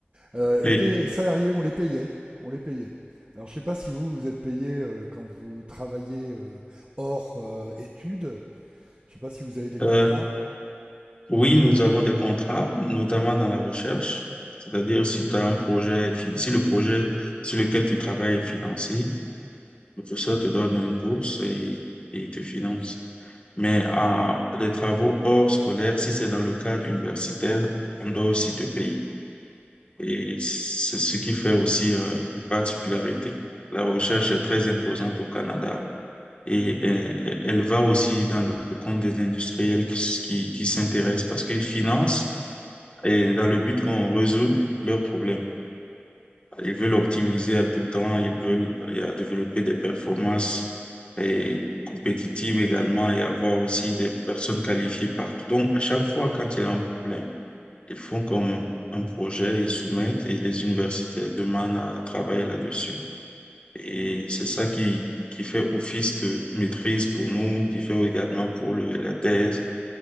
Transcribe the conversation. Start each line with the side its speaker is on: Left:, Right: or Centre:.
Right: euh,
Left: Mais,
Right: étaient salariés, on les payait. On les payait. Alors je sais pas si vous, vous êtes payé euh, quand vous travaillez euh, hors euh, études. Je sais pas si vous avez des
Left: euh,
Right: contrats.
Left: oui, nous avons des contrats, notamment dans la recherche. C'est-à-dire, si tu as un projet, fin- si le projet sur lequel tu travailles est financé, le professeur te donne une bourse et, et il te finance. Mais à les travaux hors scolaire, si c'est dans le cadre universitaire, on doit aussi te payer. Et c'est ce qui fait aussi euh, une particularité. La recherche est très imposante au Canada et elle, elle va aussi dans le compte des industriels qui, s- qui, qui s'intéressent parce qu'ils financent et dans le but qu'on résout leurs problèmes. Ils veulent optimiser à tout temps, ils veulent euh, développer des performances et compétitives également et avoir aussi des personnes qualifiées partout. Donc, à chaque fois, quand il y a un problème, ils font comme un projet, ils soumettent et les universitaires demandent à travailler là-dessus. Et c'est ça qui, qui fait office de maîtrise pour nous, qui fait également pour le- la thèse.